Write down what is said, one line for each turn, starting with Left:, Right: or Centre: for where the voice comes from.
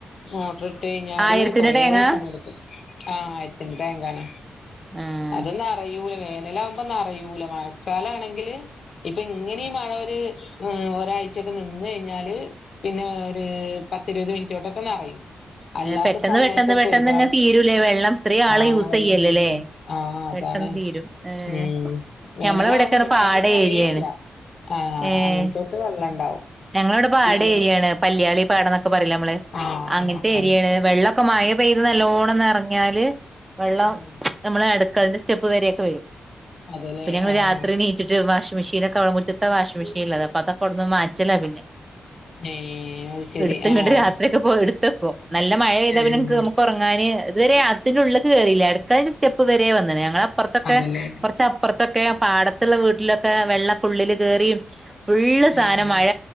Left: മോട്ട്റിട്ട് കയിഞ്ഞാല്
Right: ആയിരത്തിന്റെ
Left: കൊറേ
Right: ടാങ്ങാ
Left: സമയെട്ക്കും ആഹ് ആയിര്ത്തിന്റെ ടാങ്കാണ്
Right: ആഹ്
Left: അതും നെറയൂല വേനലാ മ്പാ നറയൂല മഴക്കാലാണെങ്കില് ഇപ്പോ ഇങ്ങനേ ഈ മഴ ഒര് മമ്മ് ഒരാഴ്ച്ചെക്കെ നിന്ന് കയിഞ്ഞാല് പിന്നെ ഒര് പത്തിരുപത് മിനിറ്റോണ്ടൊക്കെ നറയും അല്ലാത്ത
Right: പെട്ടെന്ന്
Left: സമയത്തൊക്കെ
Right: പെട്ടെന്ന് പെട്ടെന്ന്
Left: ഒരുപാട്
Right: ഇങ്ങ തീരൂലേ വെള്ളം ഇത്രേയാള്
Left: ആഹ്
Right: യൂസ്
Left: വെള്ളം
Right: ചെയ്യല്ലേലേ
Left: തീരുവേ ആഹ് അതാണ്
Right: പെട്ടെന്ന് തീരും ഏഹ്
Left: ഉം വേനലാവുമ്പോ
Right: ഞമ്മളെവ്ടെക്കെ റ്ഞ്ഞ പാടേരിയേണ്
Left: ടാങ്ക് നിറയേയില്ല ആഹ്
Right: ഏഹ്
Left: അങ്ങനത്തോടത്ത് വെള്ളം ഉണ്ടാവും
Right: ഞങ്ങളോടെ പാടേരിയേണ്
Left: ഇവിടെ
Right: പല്യാളി പാടന്നൊക്കെ പറയുല്ലേ അമ്മള്
Left: ആഹ്
Right: അങ്ങ
Left: ആഹ് ആഹ്
Right: വെള്ളൊക്കെ മയ പെയ്ത് നല്ലോണം നറഞ്ഞാല് വെള്ളം
Left: ഉം
Right: നമ്മളെ അട്ക്കളന്റെ സ്റ്റെപ്പ് വരെക്കെ വരും
Left: അതല്ലേ
Right: പിന്നെ ഞങ്ങള്
Left: ആഹ്
Right: രാത്രി ണീ ച്ച്ട്ട് വാഷിങ് മിഷീനൊക്കവ്ടെ മുറ്റത്താ വാഷിംങ്മിഷീന്ള്ളത് അതൊക്കെ വട്ന്ന് മാറ്റല പിന്നെ
Left: ഏഹ് അത് ശരി
Right: എട്ത്ത്ങ്ങട്ട്
Left: ആഹ്
Right: രാത്രിയൊക്കെപ്പൊ എട്ത്തക്കും നല്ല മഴ പെയ്താ
Left: ഉം
Right: പിന്നെൻക്ക്‌ ഒറങ്ങാന് ഇത് വരെ ആത്തിനുള്ള്ക്ക് കേറീല്ല അട്ക്കളേന്റെ സ്റ്റെപ്പ് വരെ വന്ന്ണ് ഞങ്ങള അപ്പർത്തക്കെ
Left: അതല്ലേ
Right: കൊറച്ചപ്പർത്തൊക്കെ പാടത്ത്ള്ള വീട്ടിലൊക്കെ വെള്ളം ഉള്ളില് കേറീം ഫുള്ള് സാധനം
Left: ഉം
Right: മഴ